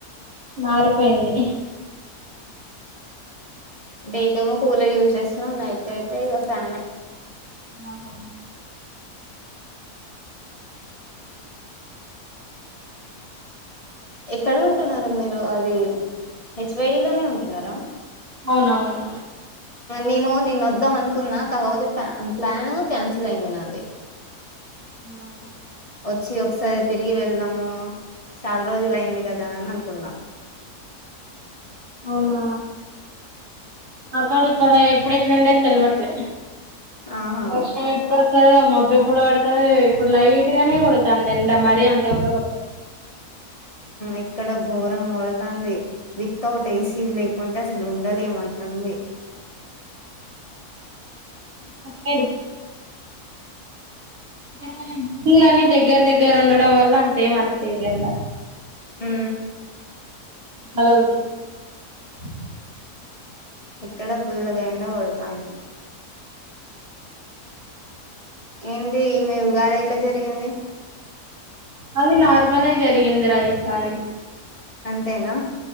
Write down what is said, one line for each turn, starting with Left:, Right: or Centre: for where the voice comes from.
Right: మారిపోయింది
Left: డే ఏమో కూలర్ యూజ్ చేస్తున్నా ఉన్నాయిట్యితే ఇక ఫ్యాన్
Right: ఆహా
Left: ఎక్కడ ఉంటున్నారూ మీరు అది హెచ్వైడి లోనే ఉంటున్నారా
Right: అవునవును
Left: నేను నేను వద్దాం అనుకున్నా కాకపోతే ప్ ప్లాన్ క్యాన్సిల్ అయింది నాది
Right: ఆ
Left: వచ్చి ఒకసారి తిరిగి వెళ్దాము చాల రోజులు అయింది కదా అని అనుకునా
Right: అవునా అక్కడ ఇక్కడ ఎప్పుడుెట్లండే తెలివట్లే
Left: ఆహా
Right: వర్షం ఎప్పుడు మబ్బు ఇప్పుడు పడుతుంది ఇప్పుడు లైట్ గానే కుడుతుందింట మరీ అంత కూడా కుడుతుంది
Left: ఇక్కడ ఘోరం కొడతుంది విత్ ఔట్ ఏసీ లేకుంటే అసలు ఉండలేము అ <unintelligible>
Right: <unintelligible> బిల్డింగ్ల అన్ని దగ్గర దగ్గర ఉండడం వల్ల అంతేం అనిపిధు ఎండ
Left: హు
Right: <unintelligible>
Left: ఇక్కడ ఫుల్లుగ ఎండా కొడతాంది ఏంటి మీ ఉగాది ఎట్లా జరిగింది
Right: అది నార్మలే జరిగిందిరా ఈసారి
Left: అంతేనా